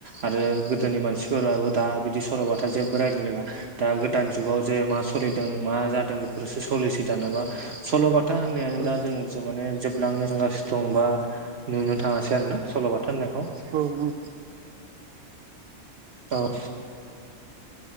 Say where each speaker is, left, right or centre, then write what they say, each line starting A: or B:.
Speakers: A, on the right; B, on the right.
A: आरो गोदोनि मानसि फोराबो दा बिदि सल'बाथा जेबो रायलायला दा गोदान जुगाव जे मा सोलिदों मा जादों बेफोरसो सलिसै दानाबा सल'बाथ था होननायानो
B: औ
A: दा जों माने जोबलांनो थांगासिनो दं बा नुनो थाङासै आरो ना सल'बाथा होननायखौ
B: औ <unintelligible>
A: औ <unintelligible>